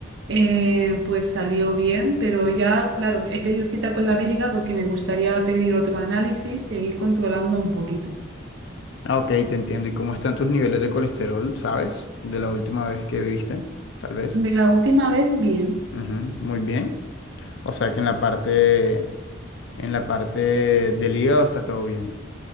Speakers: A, on the right; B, on the left.
A: eh, pues salió bien, pero ya, claro, he pedido cita con la médica porque me gustaría pedir otro análisis e ir controlando un poquito.
B: Ah, ok, te entiendo. ¿Y cómo están tus niveles de colesterol, sabes? De la última vez que viste, tal vez.
A: De la última vez, bien.
B: Ujú, Muy bien. O sea que en la parte, en la parte del hígado está todo bien,